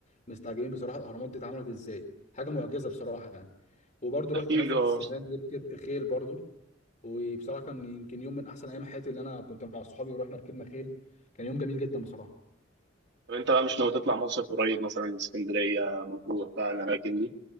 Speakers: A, on the left; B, on the right.
A: مستعجبين بصراحه الاهرامات دي اتعملت ازاي حاجه معجزه بصراحه يعني وبرضو
B: اكيد
A: رحت نزله
B: اه
A: السمان دي ركبت خيل برضو وبصراحه كان يمكن يوم من احسن ايام حياتي اللي انا كنت مع صحابي ورحنا ركبنا خيل كان يوم جميل جدا بصراحه
B: طب انت بقى مش ناوي تطلع مصر قريب مثلا اسكندريه مطروح بقى الاماكن دي